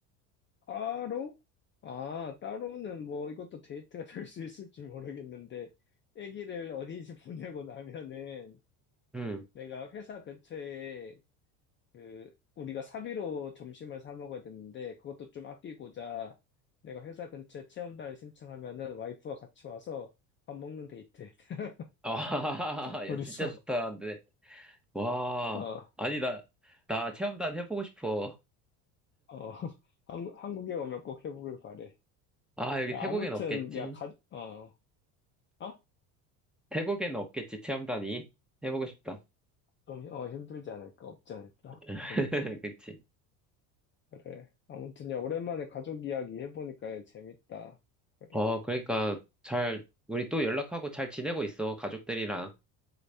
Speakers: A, on the left (about 30°); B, in the centre.
A: 따로? 아, 따로는 뭐 이것도 데이트가 <laughs> 될 수 있을지 모르겠는데, 아기를 어린이집 보내고 <laughs> 나면은
B: 응.
A: 내가 회사 근처에 그 우리가 사비로 점심을 사 먹어야 되는데 그것도 좀 아끼고자 내가 회사 근처에 체험단을 신청하면은 와이프와 같이 와서 밥 먹는 데이트. <laughs>
B: 아,
A: 둘이서.
B: <laughs> 야, 진짜 좋다. 근데, 와.
A: 어, 어.
B: 아니, 나, 나 체험단 해보고 싶어.
A: <laughs> 한국, 한국에 오면 꼭 해보길 바래.
B: 아, 여기
A: 야,
B: 태국엔
A: 아무튼,
B: 없겠지?
A: 야, 가, 어, 어?
B: 태국엔 없겠지, 체험단이. 해보고 싶다.
A: 좀, 어, 힘들지 않을까? 없지 않을까?
B: <laughs>
A: 그러니까.
B: 그치.
A: 그래. 아무튼, 야, 오랜만에 가족 이야기 해보니까 재밌다. 그래.
B: 어, 그러니까, 잘, 우리 또 연락하고 잘 지내고 있어, 가족들이랑.